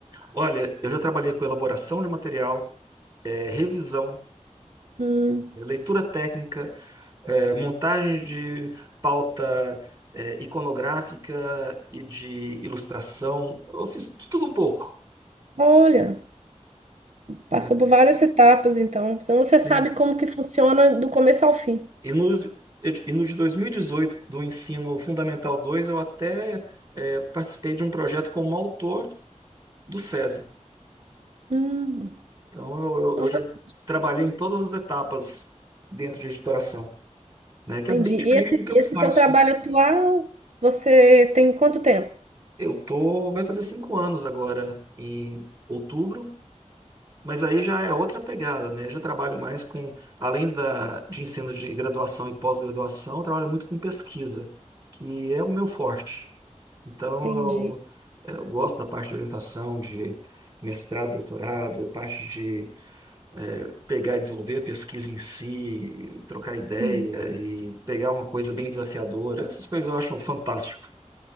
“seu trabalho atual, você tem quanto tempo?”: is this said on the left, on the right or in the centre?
Right